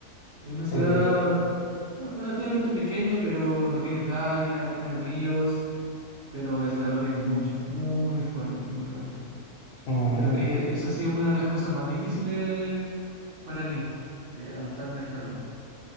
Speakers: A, on the right; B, on the left.
A: Es una ciudad
B: Ok,
A: bueno, relativamente pequeña, pero no tiene playa, tiene ríos, pero el calor es mucho, muy fuerte, muy fuerte.
B: no, me
A: Yo creo
B: imagino.
A: que esa ha sido una de las cosas más difíciles para mí, eh, adaptarme al calor.